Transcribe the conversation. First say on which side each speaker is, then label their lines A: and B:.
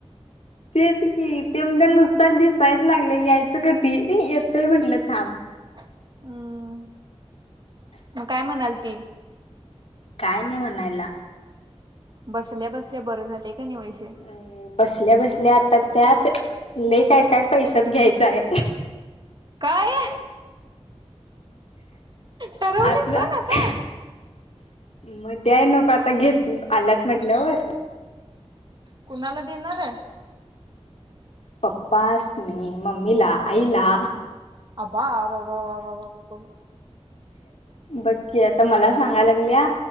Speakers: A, on the left; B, on the right.
A: तेच की ते म्हणत्या नुसता दिसायचं लागलंय. यायचं कधी. येतंय म्हटलं थांब.
B: हम्म. मग काय म्हणालती?
A: काय नाही म्हणायला.
B: बसल्या बसल्या बरं झालंय कनई वैशे?
A: अ बसल्या बसल्या आता त्यात लई काय काय पैशात घ्यायचं हाय.
B: काय? ठरवलीस
A: आतलं
B: पण आता
A: मग द्याय नको आता घेत आल्यात म्हंटल्यावर?
B: कुणाला देणार?
A: पप्पासनी, मम्मीला, आईला.
B: आबा बा बा बा बा बा बा
A: बघ की आता मला सांगाय लागल्या,